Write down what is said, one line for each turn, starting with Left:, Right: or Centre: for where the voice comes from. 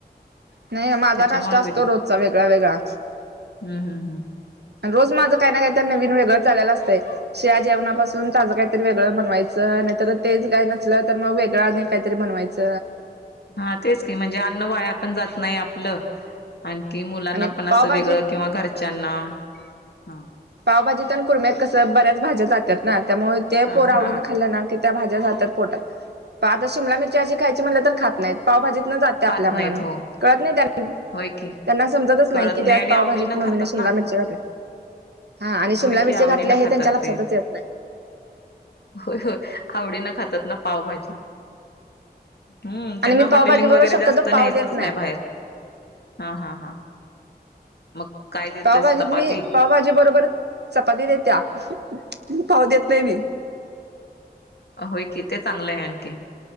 Right: नाही माझा
Left: त्याच्यामुळे
Right: नाष्टा असतो रोजचा वेगळा वेगळा.
Left: हम् हम् हम्
Right: रोज माझं काही ना काही तर नवीन वेगळं चालेलं असतय. शीळ्या जेवणापासून ताज काहीतरी वेगळ बनवायच नाहीतर तेच काय नसल तर मग वेगळ आणि काहीतरी बनवायच.
Left: हा तेच की म्हणजे अन्न वाया पण जात नाही आपल आणखी मुलांना
Right: आणि
Left: पण अस
Right: पावभाजीत
Left: वेगळ किंवा घरच्यांना हा
Right: पावभाजीत आणि कुम्यात कस बऱ्याच भाज्या जात्यात ना त्यामुळे ते
Left: हा
Right: पोर
Left: हा
Right: आवडीन खाल्ल ना भाज्या जातात पोटात आता शिमला मिरची अशी खायची म्हटल तर खात नाहीत पावभाजीत जात
Left: खात
Right: आपल्या मनान
Left: नाहीत हो
Right: कळत नाही त्याला
Left: होय की
Right: त्यांना समजतच
Left: कळत
Right: नाही की त्यात
Left: आणि
Right: पावभाजीत
Left: आवडीनं
Right: मम्मीने
Left: खातात
Right: शिमला
Left: ना
Right: मिरच्या घातल्या. हा आणि शिमला
Left: होय की
Right: मिरची
Left: आवडी
Right: घातल्या
Left: न
Right: हे
Left: खातात
Right: त्यांच्या लक्षातच
Left: ते
Right: येत नाही.
Left: होय होय आवडी न खातात ना पावभाजी. हम्म
Right: आणि
Left: त्यांना
Right: मी पावभाजी
Left: हॉटेलिंग
Right: बरोबर
Left: वगैरे
Right: शक्यतो
Left: जास्त
Right: पाव
Left: न्यायचंच
Right: देत
Left: नाही बाहेर हा हा हा मग काय देतेस
Right: पावभाजीत
Left: चपाती.
Right: मी पावभाजी बरोबर चपाती देत्या. पाव देत नाही मी.
Left: अ होय कि ते चांगलं आहे आणखी.